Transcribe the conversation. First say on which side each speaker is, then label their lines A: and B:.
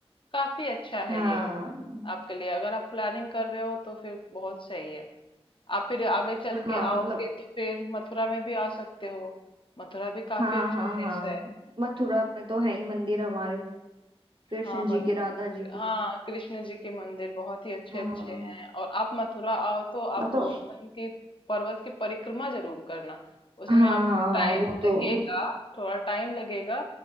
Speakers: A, on the left (about 55°); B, on the right (about 50°).
A: काफी अच्छा है
B: हाँ
A: ये आपके लिए अगर आप प्लानिंग कर रहे हो तो फिर बहुत सही है आप फिर आगे चल
B: हाँ
A: के आओगे
B: मतलब
A: तो फिर मथुरा में भी आ सकते हो मथुरा भी काफी
B: हाँ
A: अच्छी
B: हाँ
A: प्लेस
B: हाँ
A: है
B: मथुरा में तो है ही मंदिर हमारे कृष्ण
A: हाँ
B: जी
A: मत,
B: के राधा जी
A: हाँ
B: के
A: कृष्ण जी के मंदिर बहुत ही अच्छे
B: हाँ
A: अच्छे हैं और आप मथुरा आओ तो आप
B: हाँ तो
A: गोवर्धन की पर्वत की परिक्रमा जरूर करना उसमें
B: हाँ
A: आपको
B: हाँ हाँ
A: टाइम
B: वो तो
A: लगेगा थोड़ा टाइम लगेगा